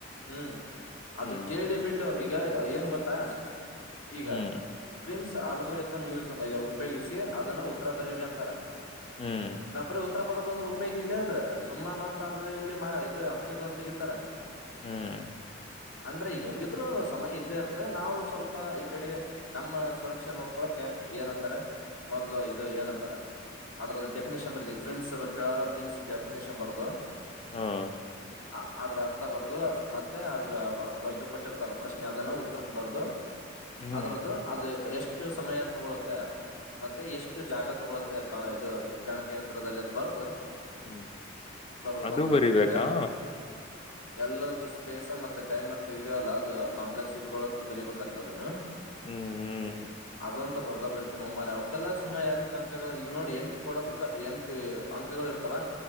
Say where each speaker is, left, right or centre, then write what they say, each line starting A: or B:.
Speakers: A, on the left; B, on the left.
A: ಹ್ಮ್ ಅದು
B: ಹ್ಮ್
A: ಕೇಳಿ ಬಿಟ್ಟ್ ಇಲ್ಲ ಅವ್ರ್ ಈಗ ಏನ್ ಗೊತ್ತಾ ಈಗ
B: ಹ್ಮ್
A: ಪ್ರಿನ್ಸ್ ಆಲಗೊರಿತಮ್ ಮ್ಯೂಸ್ ಅಯೊ ಉಪಯೋಗಿಸಿ ಅದನ್ನ ಉತ್ತರ ಬರೀರಿ ಅಂತಾರೆ.
B: ಹ್ಮ್
A: ನಾ ಬರೀ ಉತ್ತರ ಬರದ್ ಬಂದ್ರೆ ಉಪಯೋಗಿ ಇಲ್ಲ ಅದ ಸುಮ್ಮ ಮತ್ತ ಅಲ್ಲಿ ಇಲ್ಲಿ ಇದು ಅಂಕಗಳನ್ನ ತೆಗೀತಾರೆ.
B: ಹ್ಮ್
A: ಅಂದ್ರೆ ಈಗ ಹೆಂಗಿದ್ರು ಸಮಯ ಇದ್ದೇ ಇರ್ತ್ತ ನಾವು ಸ್ವಲ್ಪ ಈ ಕಡೆ ನಮ್ಮ ಸುರಕ್ಷೆ ನೋಡ್ಕೊಳಕೆ ಏನಂತಾರೆ ಮೊದ್ಲು ಇದು ಏನಂತಾರ ಅದ್ರದ್ ಡೆಫಿನೇಷನ್ ಬರ್ದಿವಿ ಪ್ರಿಮ್ಸ್ ಕೇಳಾರ ಪ್ರಿನ್ಸ್ ಡೆಫಿನೇಷನ್ ಬರದು
B: ಹಾ
A: ಅ ಆದ್ರ ಅರ್ಥ ಬರ್ದು ಮತ್ತೆ ಅದು ಇದು ಕೊಟ್ಟಿರ್ತಾರಲ್ಲ ಪ್ರಶ್ನೆ ಅದನ ಉತ್ತರಕ್ ಬರ್ದು
B: ಹ್ಮ್
A: ಅದ್ರದ್ದು ಅದು ಎಷ್ಟು ಸಮಯ ತಗೊಳ್ಳುತ್ತೆ ಮತ್ತೆ ಎಷ್ಟು ಜಾಗ ತಗೊಳುತ್ತೆ ಇದು ಗಣಕ ಯಂತ್ರದಲ್ಲಿ ಅದ್ ಬರದು
B: ಹ್ಮ್
A: ಬರದ್
B: ಅದು
A: ಬಂದ್ಬಿಡಕ್
B: ಬರಿಬೇಕಾ
A: ಎಲ್ <inaudible> ಎಲ್ಲದಕ್ಕೂ ಸ್ಪೇಸ್ ಮತ್ತೆ ಟೈಮ್ ಮತ್ತ ಇದಲ್ಲ ಅದು ಕಾಂಪ್ಲೆಕ್ಸ್ ಸಿಟಿಗಳ ಬರೀಬೇಕಂತ್ತ ಅದನ
B: ಹ್ಮ್ ಹ್ಮ್
A: ಅದು ಅಂತ ಬರ್ದ ಬರಿತಿನಿ ನೋ ಮಾರಾಯ್ ಅವಕ್ಕೆಲ್ಲ ಸುಮ್ಮನೆ ಯಾದಕ್ಕಂಕ ಈಗ ನೋಡಿ ಎಂಟ್ ಕೊಡಬೇಕ ಎಂಟ್ ಟಿ ಅಂಕಗಳು ಇರ್ತಾವ.